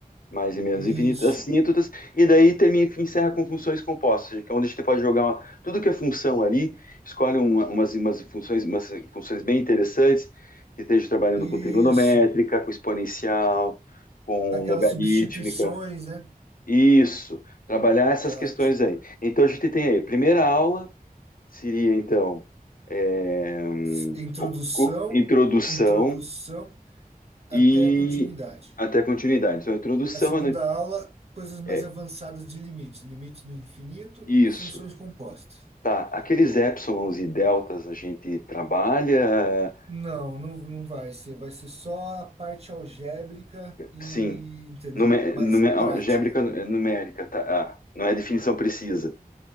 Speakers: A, on the left (about 65°); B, on the right (about 45°).
A: mais e menos
B: Isso.
A: infinitas, assíntotas, e daí termina, encerra com funções compostas, que é onde a gente pode jogar uma- tudo que é função ali, escolhe uma- umas, umas funções, umas funções bem interessantes, que esteja trabalhando
B: Isso.
A: com trigonométrica, com exponencial, com
B: Aquelas
A: logarítmica.
B: substituições, né?
A: Isso, trabalhar essas
B: Ótimo.
A: questões aí. Então a gente tem aí, primeira aula seria então é, hum,
B: S- Introdução,
A: o- o- introdução
B: introdução até
A: e
B: continuidade.
A: até continuidade. Então, a introdução
B: A segunda
A: é
B: aula, coisas mais
A: é
B: avançadas de limites, limites do infinito,
A: isso.
B: funções compostas.
A: Tá, aqueles épsilons e deltas a gente trabalha,
B: Não, não, não vai ser. Vai ser só a parte algébrica e,
A: sim,
B: entendeu?
A: numé
B: Mais
A: numé algébrica
B: prática.
A: numérica, tá? Ah, não é definição precisa,